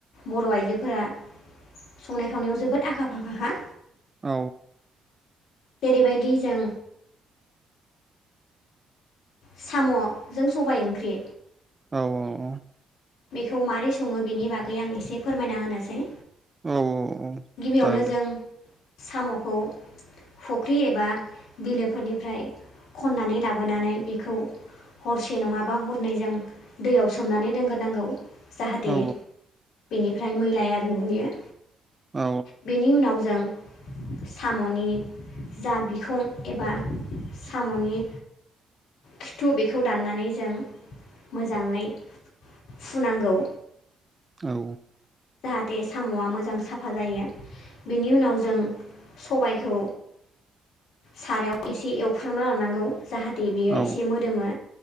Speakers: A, on the left; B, on the right.
A: बर' आइजोफोरा संनाय खावनायाव जोबोद आखा फाखाखा।
B: औ।
A: जेरैबायदि जों साम'जों सबाइ ओंख्रि
B: औ औ औ।
A: बेखौ मारै सङो बेनि बागै आं एसे फोरमायना होनोसै।
B: औ औ औ।
A: गिबियावनो
B: जागोन दे
A: जों साम'खौ फुख्रि एबा बिलोफोरनिफ्राय खननानै लाबोनानै बेखौ हरसे नङाबा हरनै जों दैयाव सोमनानै दोनग्रोनांगौ। जाहाथे
B: औ
A: बेनिफ्राय मैलाया रुंगुयो।
B: औ
A: बेनि उनाव जों साम'नि जा बिखं एबा साम'नि खिथु बेखौ दान्नानै जों मोजाङै फुनांगौ।
B: औ।
A: जाहाथे साम'आ मोजां साफा जायो बेनि उनाव जों सबायखौ सारायाव एसे एवफ्रामना लानांगौ जाहा <unintelligible> बियो
B: औ
A: एसे मोदोमो